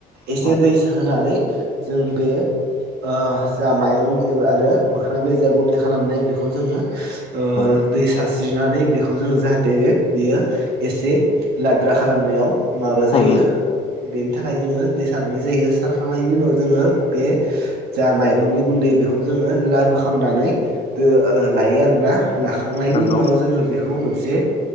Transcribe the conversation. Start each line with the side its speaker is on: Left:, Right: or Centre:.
Right: एसे
Left: औ
Right: दै होनानै जों बे ओ जा माइरं आरो मोखोना बिलाइ जा गुन्दै खालामनाय बेखौ जोङो ओ
Left: औ
Right: दै सारस्रिनानै बेखौ जोङो जाहाथे बे बियो एसे लाद्रा खालामनायाव माबा जायो
Left: औ
Right: बेनि थाखाय जोङो दै सारनाय जायो सार खांनायनि उनाव जोङो बे जा माइरंनि गुन्दै बेखौ जोङो लारु खालामनानै लायो आरोना लाखांनायनि
Left: नंगौ
Right: उनाव जोङो बे मोनसे